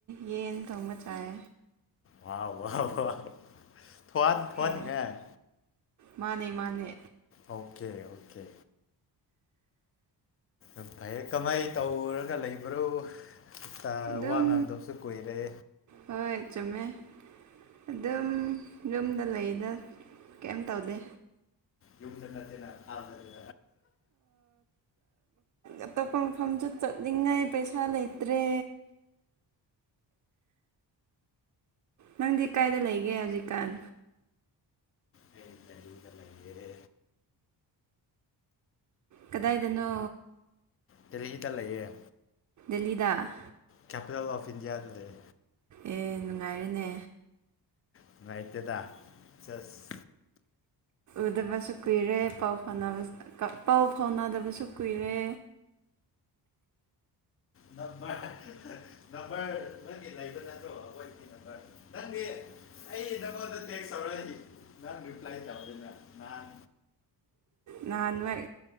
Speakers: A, on the right; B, on the left.
A: ꯌꯦꯟ ꯊꯣꯡꯕ ꯆꯥꯏ
B: ꯋꯥ ꯋꯥ ꯋꯥ ꯊꯋ꯭ꯥꯟ ꯊꯣꯀꯅꯈꯔ꯭ꯦ
A: ꯍꯣꯏ ꯃꯥꯅꯦ ꯃꯥꯅꯦ
B: ꯑꯣꯀꯦ ꯑꯣꯀꯦ ꯎ ꯐꯩꯌꯦ ꯀꯃꯥꯏ ꯇꯧꯔꯒ ꯂꯩꯕ꯭ꯔꯣ ꯇ
A: ꯑꯗꯨꯝ
B: ꯎ ꯑꯉꯅꯗꯁ ꯈꯨꯔꯦ
A: ꯍꯣꯏ ꯆꯨꯝꯃꯦ ꯑꯗꯨꯝ ꯌꯨꯝꯗ ꯂꯩꯗ ꯀꯩꯝ ꯇꯧꯗꯦ
B: ꯌꯨꯝꯗ ꯅꯠꯇꯦꯅꯥ ꯑꯊꯥꯞꯄ ꯗꯅꯤ
A: ꯑꯇꯣꯞꯄ ꯃꯐꯝꯁꯨ ꯆꯠꯅꯤꯡꯉꯥꯏ ꯄꯩꯁꯥ ꯂꯩꯇ꯭ꯔꯦ ꯅꯪꯗꯤ ꯀꯥꯏꯗ ꯂꯩꯒꯦ ꯍꯧꯖꯤꯛꯀꯥꯟ
B: ꯑꯩ ꯗꯦꯜꯂꯤꯗ ꯂꯩꯌꯦ
A: ꯀꯗꯥꯏꯗꯅꯣ
B: ꯗꯦꯜꯂꯤ ꯇ ꯂꯩꯌꯦ
A: ꯂꯤꯗꯥ
B: ꯀꯦꯄꯤꯇꯜ ꯑꯣꯐ ꯏꯟꯗꯤꯌꯥ ꯗ ꯂꯩ
A: ꯑꯦ ꯅꯨꯡꯉꯥꯏꯔꯅꯦ
B: <inaudible> ꯅꯨꯉꯥꯏꯇꯦꯗꯥ ꯆꯁ
A: ꯎꯗꯕꯁꯨ ꯀꯨꯏꯔꯦ ꯄꯥꯎ ꯐꯥꯎꯅꯕ ꯄꯥꯎ ꯐꯥꯎꯅꯗꯕꯁꯨ ꯀꯨꯏꯔꯦ
B: ꯅꯝꯕ ꯅꯝꯕꯔ ꯅꯪꯒꯤ ꯂꯩꯕ ꯅꯠꯇ꯭ꯔꯣ ꯑꯩꯈꯣꯏ ꯅꯝꯕꯔ ꯅꯪꯗꯤ ꯑꯩ ꯅꯪꯉꯣꯟꯗ ꯇꯦꯛꯁ ꯇꯧꯔꯛꯗꯤ ꯅꯪ ꯔꯤꯄ꯭ꯂꯥꯏ ꯇꯧꯅꯤꯅ ꯅꯍꯥꯟ
A: ꯅꯍꯥꯟꯣꯏ